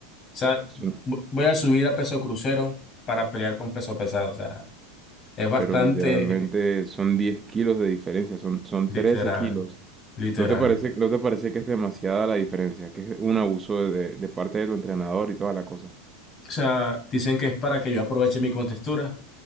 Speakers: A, on the left; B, on the right.
A: sea,
B: Sí.
A: vo- voy a subir a peso crucero para pelear con peso pesado. O sea, es bastante...
B: Pero literalmente son diez kilos de diferencia, son, son trece
A: Literal,
B: kilos.
A: literal.
B: ¿No te parece, no te parece que es demasiada la diferencia? Que es un abuso de, de de parte de tu entrenador y toda la cosa.
A: O sea, dicen que es para que yo aproveche mi contextura